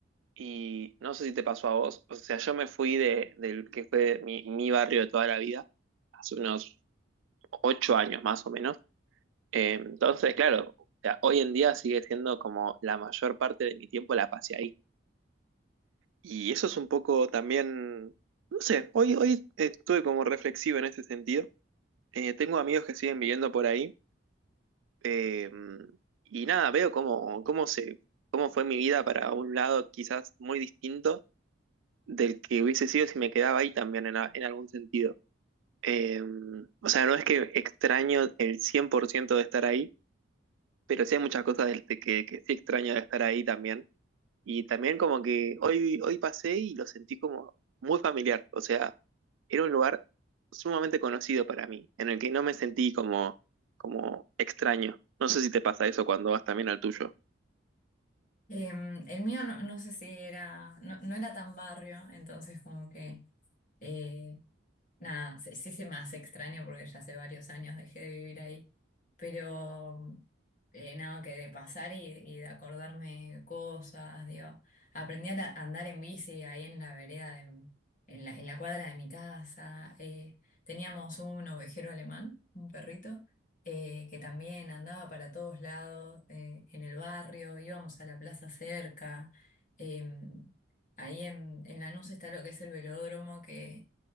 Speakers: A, on the right (about 80°); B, on the left (about 40°).
A: Y no sé si te pasó a vos, o sea, yo me fui de, del que fue mi, mi barrio de toda la vida, hace unos ocho años más o menos. Eh, entonces, claro, o sea, hoy en día sigue siendo como la mayor parte de mi tiempo la pasé ahí. Y eso es un poco también, no sé, hoy, hoy estuve como reflexivo en ese sentido. Eh, tengo amigos que siguen viviendo por ahí. eh, y nada, veo cómo, cómo se, cómo fue mi vida para un lado quizás muy distinto del que hubiese sido si me quedaba ahí también en, a- en algún sentido. Eh, o sea, no es que extraño el 100% de estar ahí, pero sí hay muchas cosas del- de que, que sí extraño de estar ahí también. Y también como que hoy, hoy pasé y lo sentí como muy familiar. O sea, era un lugar sumamente conocido para mí, en el que no me sentí como, como extraño. No sé si te pasa eso cuando vas también al tuyo.
B: Em, el mío no, no sé si era, no, no era tan barrio, entonces como que, eh, nada, sí, sí se me hace extraño porque ya hace varios años dejé de vivir ahí, pero eh, nada, que de pasar y, y de acordarme cosas, digo, aprendí a la- a andar en bici ahí en la vereda, de- en la, en la cuadra de mi casa, eh, teníamos un ovejero alemán, un perrito. eh, que también andaba para todos lados, eh, en el barrio, íbamos a la plaza cerca. em, ahí en, en Lanús está lo que es el velódromo, que